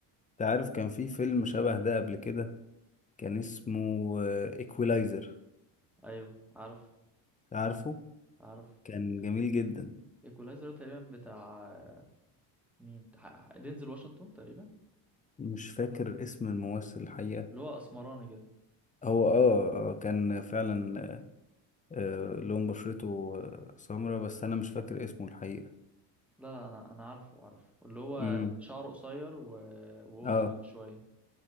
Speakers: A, on the left; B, in the centre.
A: انت عارف كان في فيلم شبه ده قبل كده كان اسمه ايكولايزر
B: ايوه عارف
A: عارفه
B: عارف
A: كان جميل جدا
B: ايكولايزر تقريبا بتاع مين ح- دينزل واشنطن تقريبا
A: مش فاكر اسم الممثل الحقيقة
B: اللي هو اسمراني كده
A: هو اه آه، كان فعلا آه
B: ايوه
A: لون بشرته آه، سمرة بس انا مش فاكر اسمه الحقيقة
B: لا لا انا انا عارفه عارفه اللي هو
A: امم
B: شعره قصير و... وهو
A: اه
B: قصير شويه